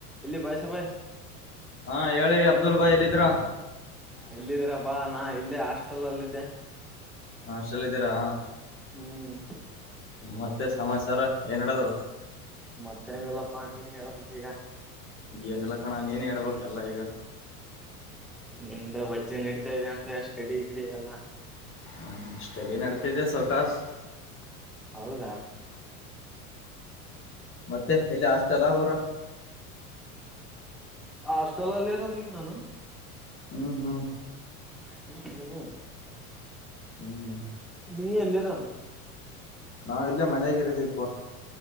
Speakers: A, in the centre; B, on the left.
A: ಎಲ್ಲಿ ಬಾಯ್ಸ ಬಾಯ್
B: ಹಾ ಹೇಳಿ ಅಬ್ದುಲ್ ಬಾಯ್ ಎಲ್ಲಿದಿರಾ
A: ಎಲ್ಲಿದಿರಪ್ಪ ನಾ ಇಲ್ಲೇ ಹಾಸ್ಟೆಲ್ ಅಲ್ಲಿದ್ದೆ
B: ಹಾಸ್ಟೆಲ್ ಇದಿರಾ
A: ಹ್ಮ್
B: ಮತ್ತೆ ಸಮಾಚಾರ ಏನ ನಡದದ
A: ಮತ್ತೇನಿಲ್ಲ ಪಾ ನಿನ ಹೇಳ್ಬೇಕ ಈಗ
B: ಏನಿಲ್ಲ ಕಣ ನಿನ್ ಹೇಳ್ಬೇಕ್ ಎಲ್ಲಾ ಈಗ
A: ನಿಮ್ದ ವಜ್ಜಿ ನಡೀತಾ ಇದೆ ಅಂತೆ ಸ್ಟಡಿ ಗಿಡಿ ಎಲ್ಲಾ
B: ಹ ಸ್ಟಡಿ ನಡಿತಿದೆ ಸೊಕಾಸ
A: ಹೌದಾ
B: ಮತ್ತೆ ಇಲ್ಲಿ ಹಾಸ್ಟೆಲ್ ಅಲ್ಲ ಊರ
A: ಆ ಹಾಸ್ಟೆಲ್ ಅಲ್ಲಿ ಇರೋದ ಈಗ ನಾನು
B: ಹ್ಮ್ ಹ್ಮ್
A: ಹ ಹ
B: ಹ್ಮ್
A: ನೀ ಎಲ್ಲಿರೋದು
B: ನಾವ್ ಇಲ್ಲೇ ಮನಯಾಗ ಇರತಿಪ್ಪ